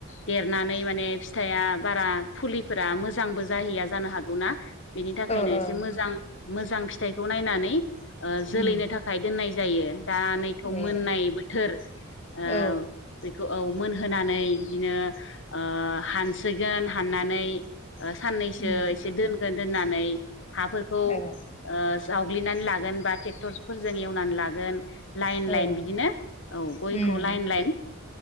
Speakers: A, on the left; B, on the left.
A: देरनानै माने फिथाइया बारा फुलिफोरा मोजांबो जाहैया जानो हागौना बेनि थाखायनो
B: ओ ओ
A: एसे मोजां मोजां फिथाइखौ नायनानै जोलैनो
B: उम
A: थाखाय दोननाय जायो दा नैथ'
B: ए
A: मोननाय बोथोर ओ
B: औ
A: बेखौ औ मोनहोनानै बिदिनो ओ हानसिगोन हाननानै साननैसो
B: उम
A: एसे दोनगोन दोननानै हाफोरखौ
B: औ
A: जावग्लिनानै लागोन बा ट्रेक्टरफोरजों एवनानै लागोन लाइन
B: औ
A: लाइन बिदिनो औ गयखौ
B: उम
A: लाइन लाइन